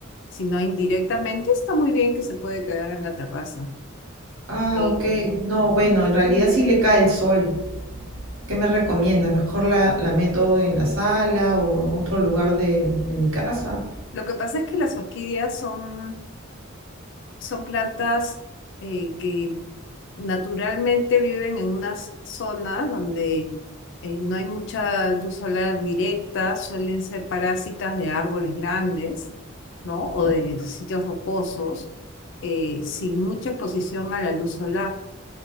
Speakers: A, on the left; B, on the right.
A: sino indirectamente, está muy bien que se puede quedar en la terraza.
B: Ah,
A: Eh,
B: ok.
A: ujú.
B: No, bueno, en realidad sí le cae el sol. ¿Qué me recomiendas? ¿Mejor la, la meto en la sala o en otro lugar de, de mi casa?
A: lo que pasa es que las orquídeas son son plantas eh, que naturalmente viven en unas zonas donde eh, no hay mucha luz solar directa, suelen ser parásitas de árboles grandes, ¿no? O
B: Ok.
A: de sitios rocosos, eh, sin mucha exposición a la luz solar.